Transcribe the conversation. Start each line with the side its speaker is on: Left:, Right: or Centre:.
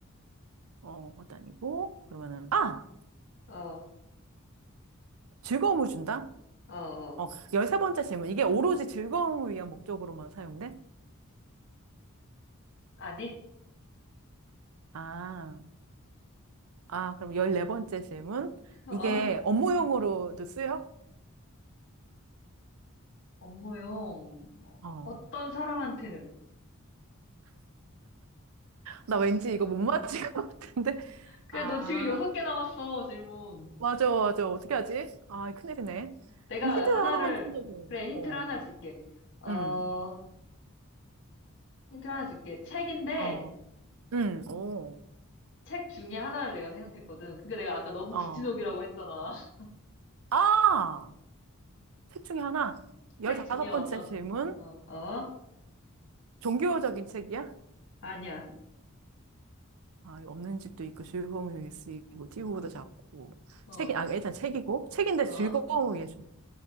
Right: 어, 그것도 아니고, 그러면은, 아!
Left: 어,
Right: 즐거움을 준다?
Left: 어, 어.
Right: 어, 13번째 질문. 이게 오로지 즐거움을 위한 목적으로만 사용돼?
Left: 아니?
Right: 아. 아, 그럼 14번째 질문.
Left: 어?
Right: 이게 업무용으로도 쓰여?
Left: 업무용.
Right: 어.
Left: 어떤 사람한테는?
Right: 나 왠지 이거 못 맞힐 것 같은데.
Left: 그래,
Right: 아,
Left: 너 지금 여섯 개 남았어, 질문.
Right: 맞아, 맞아. 어떻게 하지? 아, 큰일이네.
Left: 내가
Right: 그럼 힌트
Left: 하나를,
Right: 하나만 좀 더 줘.
Left: 그래, 힌트를
Right: 어.
Left: 하나 줄게. 어,
Right: 응,
Left: 힌트를 하나 줄게. 책인데,
Right: 어. 응, 오.
Left: 책 중에 하나를 내가 생각했거든. 그게 내가 아까 너무
Right: 어.
Left: 구치적이라고 했잖아. <laughs>
Right: 아! 책 중에 하나.
Left: 책
Right: 15번째
Left: 중에 어떤,
Right: 질문.
Left: 어, 어?
Right: 종교적인 책이야?
Left: 아니야.
Right: 아, 이거 없는 집도 있고, 즐거움을 위해 쓰이고, 띄우보다 작고.
Left: 어,
Right: 책이, 아, 일단 책이고. 책인데
Left: 어?
Right: 즐거움을 위해 준다.